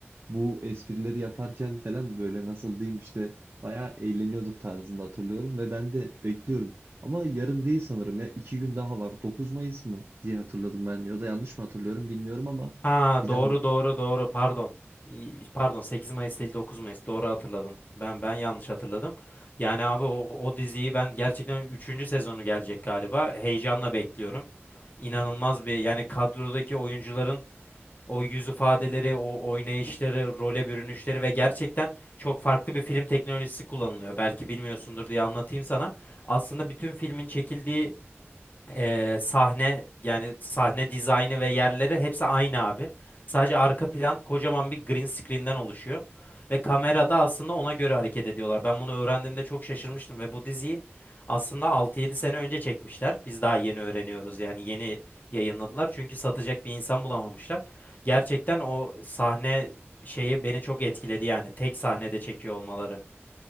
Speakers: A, on the right; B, on the left.
A: bu esprileri yaparken falan böyle nasıl diyeyim işte bayağı eğleniyorduk tarzında hatırlıyorum ve ben de bekliyorum ama yarın değil sanırım ya iki gün daha var 9 Mayıs mı diye hatırladım ben ya da yanlış mı hatırlıyorum bilmiyorum ama
B: Ha
A: bir
B: doğru
A: daha
B: doğru doğru pardon. İyi, Pardon 8 Mayıs değil 9 Mayıs doğru hatırladın. Ben ben yanlış hatırladım. Yani abi o, o diziyi ben gerçekten üçüncü sezonu gelecek galiba. Heyecanla bekliyorum. İnanılmaz bir yani kadrodaki oyuncuların o yüz ifadeleri, o oynayışları, role bürünüşleri ve gerçekten çok farklı bir film teknolojisi kullanılıyor. Belki bilmiyorsundur diye anlatayım sana. Aslında bütün filmin çekildiği Ee, sahne yani sahne dizaynı ve yerleri hepsi aynı abi. Sadece arka plan kocaman bir green screen'den oluşuyor. Ve kamerada aslında ona göre hareket ediyorlar. Ben bunu öğrendiğimde çok şaşırmıştım ve bu diziyi aslında altı yedi sene önce çekmişler. Biz daha yeni öğreniyoruz yani yeni yayınladılar. Çünkü satacak bir insan bulamamışlar. Gerçekten o sahne şeyi beni çok etkiledi yani tek sahnede çekiyor olmaları.